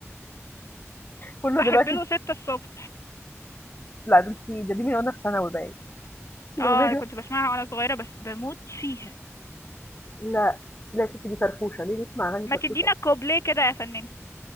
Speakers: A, on the left; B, on the left.
A: كله
B: بحب
A: دلوقتي
B: له ستة الصبح
A: لأ ده أنتِ ده دي من وأنا في ثانوي باين، الأغنية
B: اه
A: دي
B: كنت بسمعها وانا صغيرة بس بموت فيها
A: لأ، لأ يا ستي دي فرفوشة، ليه نسمع أغاني
B: ما
A: فرفوشة،
B: تدينا كوبليه كده يا فنان